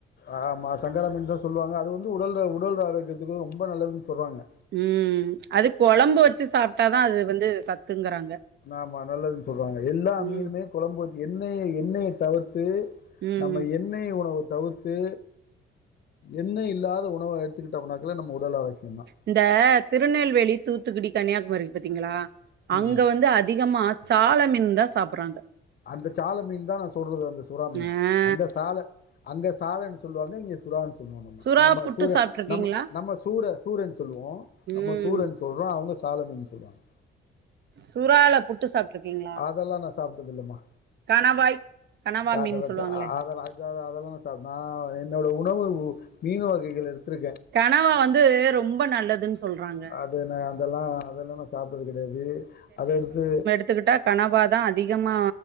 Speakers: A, on the left; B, on the right.
A: ஆமா சங்கரா மீன் தா சொல்லுவாங்க அது வந்து உடல் உடல் ஆரோக்கியதுக்கு ரொம்ப நல்லதுன் சொல்வாங்க
B: ம் அது கொழம்பு வச்சு சாப்ட்டாதா அது வந்து சத்துங்கறாங்க
A: ஆமா நல்லதுன் சொல்றாங்க எல்லா
B: ம்
A: மீனுமே கொழம்புது எண்ணெய எண்ணெய தவிர்த்து
B: ம்
A: நம்ம எண்ணெய் உணவு தவிர்த்து எண்ணெய் இல்லாத உணவ எடுத்துக்கிட்டோம்னாக்கா நம்ம உடல் ஆரோக்கியம் தா
B: இந்த திருநெல்வேலி தூத்துக்குடி கன்னியாகுமரி இருக்கு பாத்தீங்ளா அங்க
A: ம்
B: வந்து அதிகமா சால மீன் தா சாப்பிறாங்க
A: அந்த சால மீன் தா நா சொல்றது அந்த சுறா மீன்
B: ஆ
A: அங்க சால அங்க சாலன் சொல்வாங்க இங்க சுறான் சொல்லுவோம் நம்ம
B: சுறா
A: நம்ம
B: புட்டு
A: சூர
B: சாப்ட்ருக்கீங்களா
A: நம்ம நம்ம சூர சூரன் சொல்லுவோம்
B: ம்
A: நம்ம சூரன் சொல்றோ அவங்க சால மீன் சொல்வாங்க
B: சுறால புட் ட்டு சாப்ட்ருக்கீங்ளா
A: அதெல்லா நா சாப்ட்டது இல்லமா
B: கணவாய் கனவா
A: வேக
B: மீன்
A: வச்சு
B: சொல்லுவாங்களே
A: அதெல்லா வேவ அதெல்லா சா நா என்னோட உணவு மீன் வகைகள் எடுத்துருக்கே
B: கணவா வந்து ரொம்ப நல்லதுன் சொல்றாங்க
A: து நா அதெல்லா அதெல்லா நா சாப்ட்டது கெடயாது அதயெடுத்து
B: எத்துக்கிட்டா கணவா தா அதிகமா